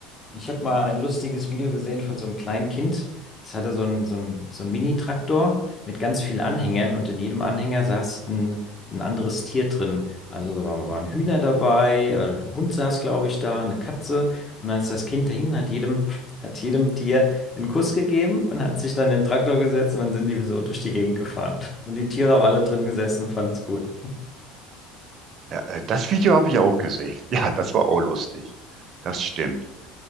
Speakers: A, on the left (about 30°); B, on the right (about 45°).
A: Ich habe mal ein lustiges Video gesehen von so einem kleinen Kind. Es hatte so einen so einen, so einen Mini-Traktor mit ganz vielen Anhängern und in jedem Anhänger saß ein, ein anderes Tier drin. Also da war- waren Hühner dabei, äh, ein Hund saß, glaube ich, da, eine Katze. Und dann ist das Kind dahin, hat jedem, <laughs> hat jedem Tier einen Kuss gegeben und hat sich dann in den Traktor gesetzt und dann sind die so durch die Gegend gefahren. Und die Tiere haben alle drin gesessen und fanden es gut.
B: Ja, äh, das Video habe ich auch gesehen. <laughs> Ja, das war auch lustig. Das stimmt.